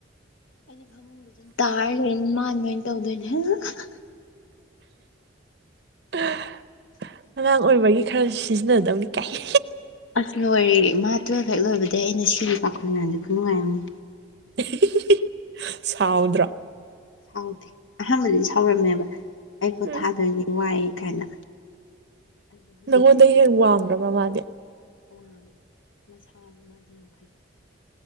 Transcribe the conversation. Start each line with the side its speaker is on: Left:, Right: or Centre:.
Left: ꯑꯩꯗꯤ ꯐꯥꯃꯨꯡꯗꯗꯨ ꯇꯥꯔ ꯂꯩꯔꯅꯤ ꯃꯥꯅ ꯇꯧꯗꯣꯏꯅꯦ <unintelligible>
Right: <unintelligible> ꯑꯉꯥꯡ ꯑꯣꯏꯕꯒꯤ ꯈꯔ ꯁꯤꯖꯤꯟꯅꯗꯕꯅꯤ ꯀꯥꯏ
Left: ꯑꯁ ꯂꯣꯏꯔꯦ ꯃꯥ ꯇꯨꯋꯜꯐ ꯍꯦꯛ ꯂꯣꯏꯕꯗꯩ ꯑꯩꯅ ꯁꯤꯒꯤ ꯄꯥꯈꯣꯜ ꯃꯌꯥꯝꯁꯦ ꯈꯨꯅꯨꯡꯉꯥꯏꯑꯝꯅꯤ
Right: <unintelligible> ꯁꯥꯎꯗ꯭ꯔꯥ
Left: ꯁꯥꯎꯗꯦ ꯑꯍꯥꯟꯕꯗꯤ ꯁꯥꯎꯔꯝꯃꯦꯕ ꯑꯩ ꯄꯣꯊꯥꯗꯣꯏꯅꯤ
Right: ꯎꯝ
Left: ꯋꯥꯏ ꯀꯥꯏꯅ ꯑꯗꯣ ꯍꯧꯖꯤꯛꯇꯤ
Right: ꯅꯪꯉꯣꯟꯗꯩ ꯍꯦꯛ ꯋꯥꯡꯕ꯭ꯔꯕ ꯃꯥꯗꯤ
Left: ꯋꯥꯡꯉꯤ ꯃꯁꯥꯁꯨ ꯃꯥꯗꯤ ꯌꯥꯝ ꯐꯩ